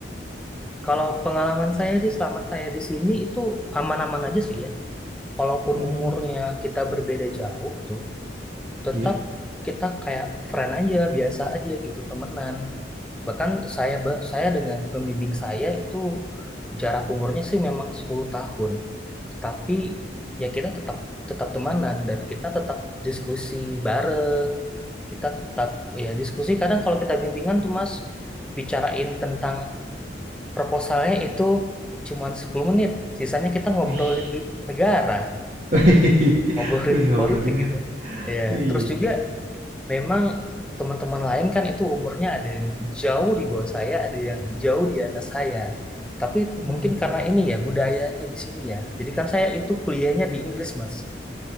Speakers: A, in the centre; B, on the right.
A: Kalau pengalaman saya sih selama saya di sini itu aman-aman aja sih ya. Walaupun
B: Hmm,
A: umurnya kita berbeda jauh tuh, tetap
B: iya.
A: kita kayak friend aja, biasa aja gitu, temenan. Bahkan saya ba- saya dengan pembimbing saya itu jarak umurnya sih memang 10 tahun. Tetapi ya kita tetap tetap temanan dan kita tetap diskusi bareng. Kita tetap ya diskusi kadang kalau kita bimbingan tuh Mas bicarain tentang proposalnya itu cuman 10 menit. Sisanya kita ngobrolin
B: Wih.
A: du- negara,
B: <laughs>
A: ngobrolin
B: Wih, ngobrolinnya
A: politik gitu.
B: nih.
A: Ya,
B: Wih.
A: terus juga memang teman-teman lain kan itu umurnya ada yang jauh di bawah saya, ada yang jauh di atas saya. Tapi
B: mm
A: mungkin karena ini ya budayanya di sini ya. Jadi kan saya itu kuliahnya di Inggris, Mas.